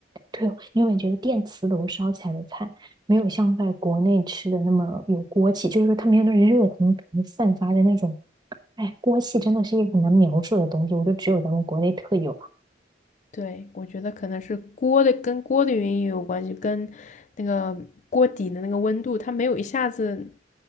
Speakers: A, on the right; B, on the left.
A: 对哦，你有没有觉得电磁炉烧起来的菜没有像在国内吃的那么有锅气？就是说它没有那种热腾腾散发的那种，哎，锅气真的是一个很难描述的东西，我就只有咱们国内特有
B: 对，我觉得可能是锅的跟锅的原因也有关系，跟那个锅底的那个温度，它没有一下子